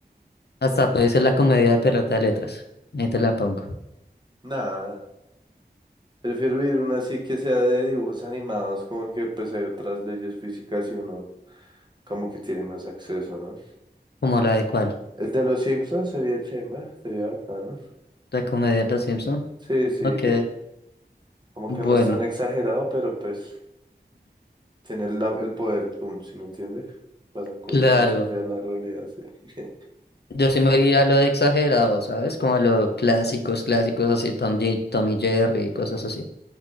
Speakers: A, on the left (about 70°); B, on the right (about 25°).
A: Hasta puede ser la comedia de pelota de letras. Ahí te la pongo.
B: Nada. Prefiero ir una así que sea de dibujos animados, como que pues hay otras leyes físicas y uno como que tiene más acceso, ¿no?
A: ¿Como la de cuál?
B: El de los Simpsons sería chimba, sería bacano.
A: La comedia de los Simpson.
B: Sí, sí,
A: Ok,
B: como
A: bueno,
B: que no es tan exagerado, pero pues tiene el, la- el poder Toon, ¿sí me entiende? Pasan cosas
A: claro.
B: más allá de la realidad, sí. <laughs>
A: Yo sí me iría a lo de exagerado, ¿sabes? Como a lo clásicos, clásicos así, Tom, Ye- Tom y Jerry y cosas así.